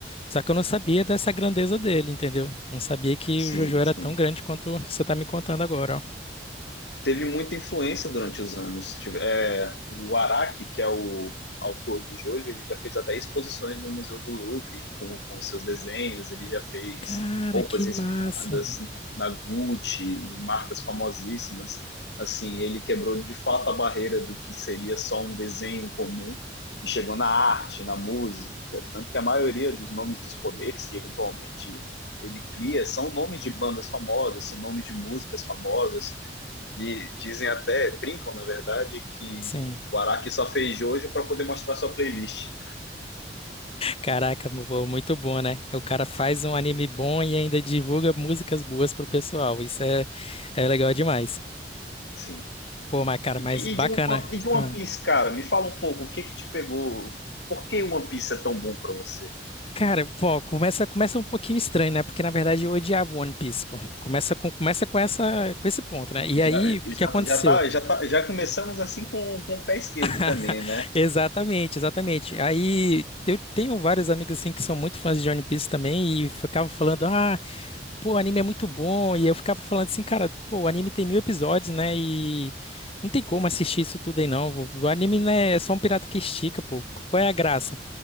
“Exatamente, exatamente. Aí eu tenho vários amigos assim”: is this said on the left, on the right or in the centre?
Left